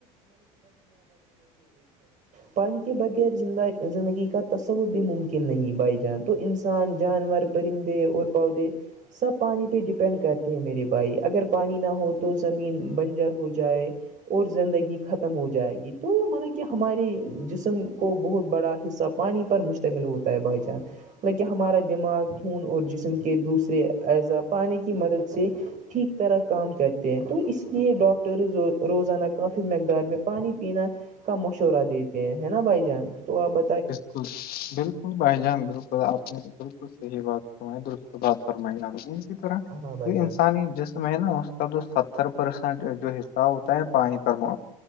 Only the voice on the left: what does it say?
بالکل بالل بھائی جان بالکل آپ نے بالکل صحی بات فرمائی درست بات فرمائی آپ اس طرح
جو
انسانی جسم ہے نا اس کا تو ستر پرسٹ جو حصہ ہوتا ہے پانی پر